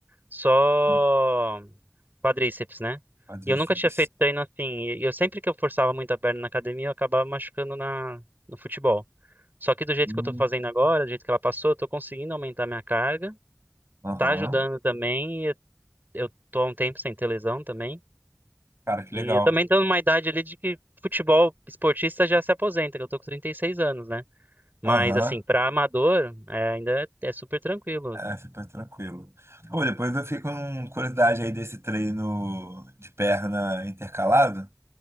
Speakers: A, on the right; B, on the right.
A: só
B: hum,
A: quadríceps, né?
B: quadríceps.
A: E eu nunca tinha feito treino assim, e eu sempre que eu forçava muito a perna na academia, eu acabava machucando na no futebol. Só que do jeito
B: Hum,
A: que eu tô fazendo agora, do jeito que ela passou, eu tô conseguindo aumentar minha carga,
B: Aham.
A: tá ajudando também, e eu tô há um tempo sem ter lesão também.
B: Cara, que
A: E
B: legal.
A: eu também tô numa idade ali de que futebol esportista já se aposenta, que eu tô com 36 anos, né? Mas
B: Aham.
A: assim, pra amador, é, ainda é é super tranquilo.
B: É, fica tranquilo. Pô, depois eu fiquei com curiosidade aí desse treino de perna intercalado.